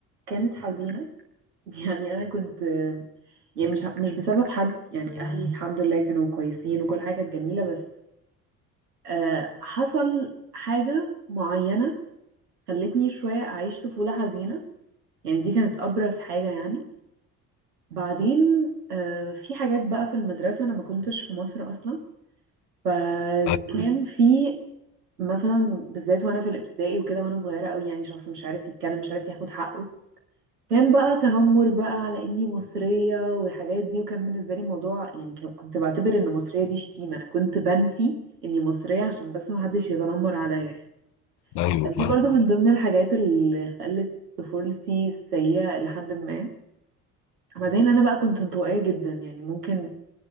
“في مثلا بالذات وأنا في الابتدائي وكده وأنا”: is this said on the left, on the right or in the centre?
Right